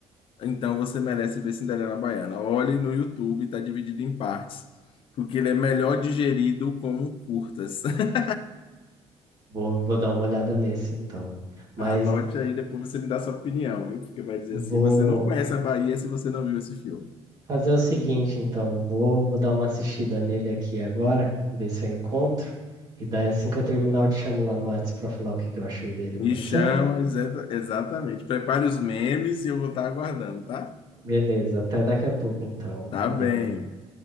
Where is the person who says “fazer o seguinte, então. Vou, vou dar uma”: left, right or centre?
Right